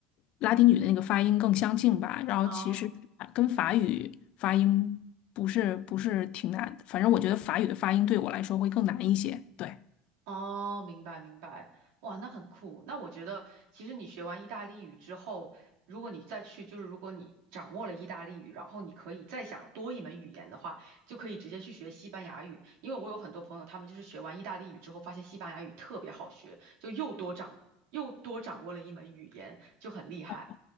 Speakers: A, on the left; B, on the right.
A: 拉丁语的那个发音更相近吧。然后其实啊跟法语发音不是不是挺难，
B: 哦
A: 反正我觉得法语的发音对我来说会更难一些。对，
B: 哦，明白明白，哇，那很酷。那我觉得，其实你学完意大利语之后，如果你再去，就是如果你掌握了意大利语，然后你可以再想多一门语言的话，就可以直接去学西班牙语。因为我有很多朋友，他们就是学完意大利语之后，发现西班牙语特别好学，就又多掌又多掌握了一门语言，就很厉害。
A: 哦